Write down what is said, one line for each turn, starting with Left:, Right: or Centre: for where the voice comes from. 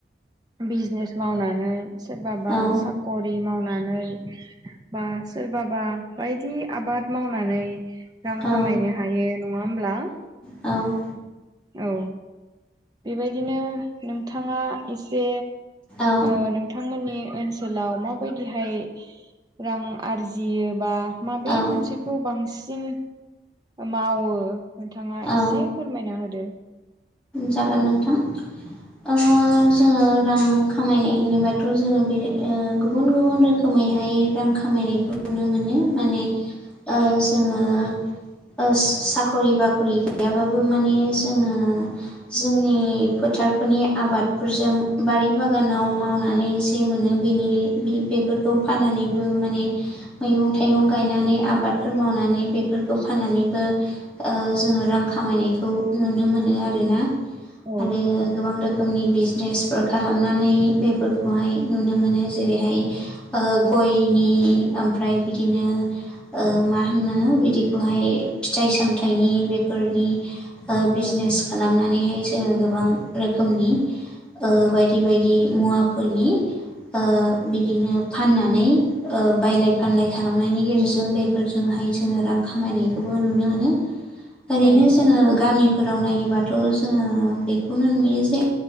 Right: बिजनेस मावनानै सोरबाबा
Centre: औ
Right: साख'रि मावनानै बा सोरबाबा बायदि आबाद मावनानै रां
Centre: औ
Right: खामायनो हायो। नङा होमब्ला
Centre: औ
Right: औ बेबायदिनो नोंथाङा एसे
Centre: औ
Right: ओ नोंथांमोननि ओनसोलाव माबायदिहाय रां आरजियो बा माबे
Centre: औ
Right: मोनसेखौ बांसिन मावो नोंथाङा
Centre: औ
Right: एसे फोरमायना होदो।
Centre: जागोन नोंथां। ओ जोङो रां खामायनाय होनोबाथ' जोङो बे ओ गुबुन -गुबुन रोखोम यैहाय रां खामायनायखौ नुनो मोनो माने ओ जोङो ओ स साखरि बाखरि गैयाबाबो माने जोङो जोंनि फोथारफोरनि आबादफोरजों बारि बागानाव मावनानै जे मोनो बेनि बि बेफोरखौ फाननानैबो माने मैगं थाइगं गायनानै आबादफोर मावनानै बेफो फोरखौ फाननानैबो ओ जोङो रां खामायनायखौ नुनो मोनो आरोना
Right: औ
Centre: आरो गोबां रो खोमनि बिजनेस फोर खालामनानै बेफोरखौहाय नुनो मोनो जेरैहाय ओ गयनि आमफ्राय बिदिनो ओ मा होनो बिदिखौहाय फिथाइ सामथाइनि बेफोरनि ओ बिजनेस
Right: औ
Centre: उमनानैहाय जोङो गोबां रोखोमनि ओ बायदि बायदि मुवाफोरनि ओ बिदिनो फाननानै बायलाय फानलाय खालामनायनि गेजेरजों जों बेफौरजोंहाय जोङो रां खामायनायखौबो नुनोमोननो आरैनो
Right: औ
Centre: जोङो गामि फोराव नायोबाथ' जोङो बेखौनो नुयो जे